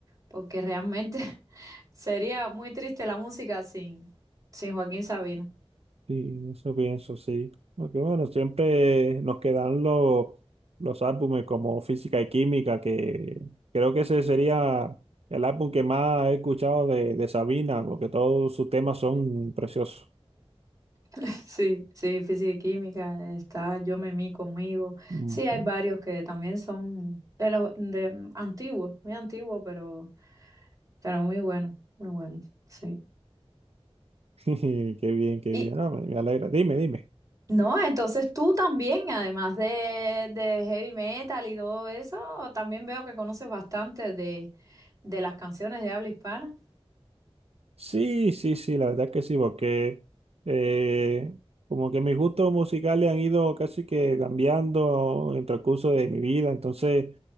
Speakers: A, on the right (about 30°); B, on the right (about 70°).
A: porque realmente <laughs> sería muy triste la música sin, sin Joaquín Sabina.
B: Sí, eso pienso, sí. Porque bueno, siempre nos quedan los, los álbumes como Física y Química, que creo que ese sería el álbum que más he escuchado de, de Sabina, porque todos sus temas son preciosos.
A: <laughs> Sí, sí, física y química, está Yo me mí conmigo.
B: Ujú.
A: Sí, hay varios que también son de los de antiguos, muy antiguos, pero, pero muy buenos, muy buenos, sí.
B: <laughs> Qué bien, qué
A: Y
B: bien. No, me, me alegra. Dime, dime.
A: no, entonces tú también, además de, de heavy metal y todo eso, también veo que conoces bastante de, de las canciones de habla hispana.
B: Sí, sí, sí, la verdad que sí, porque eh, como que mis gustos musicales han ido casi que cambiando en el transcurso de mi vida. Entonces,